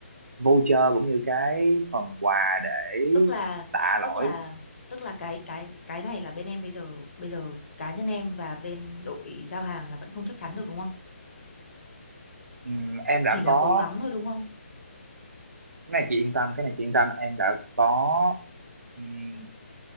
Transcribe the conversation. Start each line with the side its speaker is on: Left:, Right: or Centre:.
Right: voucher cũng như cái phần quà để
Left: tức là
Right: tạ
Left: tức
Right: lỗi
Left: là tức là cái cái cái này là bên em bây giờ bây giờ cá nhân em và bên đội giao hàng là vẫn không chắc chắn được đúng không
Right: Ừm, em đã
Left: chỉ là
Right: có
Left: cố gắng thôi đúng không
Right: cái này chị yên tâm cái này chị yên tâm em đã có ừm,